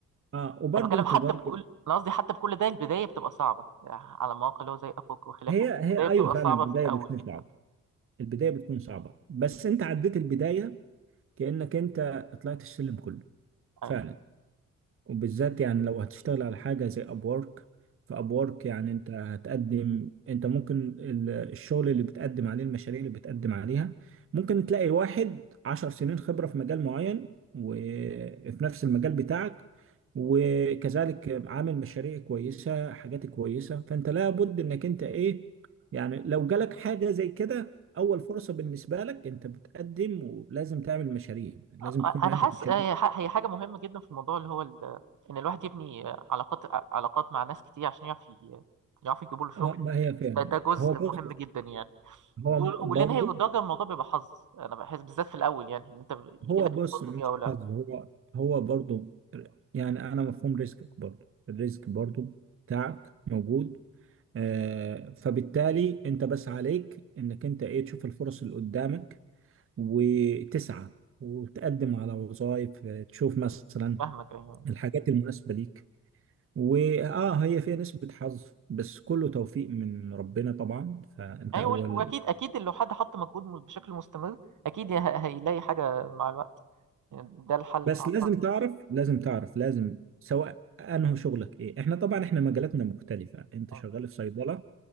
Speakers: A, on the right; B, on the right.
A: اه وبرضو
B: انا بتكلم
A: انت
B: حتى
A: برضو
B: بكل انا قصدي حتى بكل ده البدايه بتبقى صعبه يعني على مواقع اللي هو زي ابوك وخلافه
A: هي هي
B: البدايه
A: ايوه
B: بتبقى
A: فعلا
B: صعبه
A: البدايه
B: في الاول
A: بتكون
B: جدا
A: صعبه البدايه بتكون صعبه بس انت عديت البدايه كانك انت طلعت السلم كله فعلا
B: أي.
A: وبالذات يعني لو هتشتغل على حاجة زي أبورك فأبورك يعني أنت هتقدم أنت ممكن ال- الشغل اللي بتقدم عليه المشاريع اللي بتقدم عليها ممكن تلاقي واحد عشر سنين خبرة في مجال معين وفي نفس المجال بتاعك وكذلك عامل مشاريع كويسة حاجات كويسة فأنت لابد إنك أنت إيه يعني لو جالك حاجة زي كده أول فرصة بالنسبة لك أنت بتقدم ولازم تعمل مشاريع لازم
B: أ-
A: تكون
B: انا
A: عندك
B: حاسس
A: مشاريع
B: هي هي حاجه مهمه جدا في الموضوع اللي هو ال... ان الواحد يبني علاقات علاقات مع ناس كتير عشان يعرف ي- يعرف يجيبوا له شغل
A: اه ما هي فعلا
B: ده ده جزء
A: هو بص
B: مهم جدا يعني
A: هو
B: و-
A: برضه
B: واللي نهي الدرجه الموضوع بيبقى حظ انا بحس بالذات في الاول يعني ان انت يجي
A: هو
B: لك
A: بص
B: الفرصه
A: مش
B: دي او لا
A: حظ هو هو برضه يعني انا مفهوم ريسكك برضه الريسك برضه بتاعك موجود آه فبالتالي انت بس عليك انك انت ايه تشوف الفرص اللي قدامك وتسعى وتقدم على وظائف آه، تشوف مثلا
B: فاهمك ايوه
A: الحاجات المناسبة ليك واه هي فيها نسبة حظ بس كله توفيق من ربنا طبعا فانت
B: ايوه
A: اول
B: وال- واكيد اكيد لو حد حط مجهود م- بشكل مستمر اكيد ه- هيلاقي حاجه مع الوقت يعني ده الحل
A: بس
B: بتاع الفرد
A: لازم تعرف لازم تعرف لازم سواء انه شغلك ايه احنا طبعا احنا مجالاتنا مختلفة انت
B: ايوه
A: شغال في صيدلة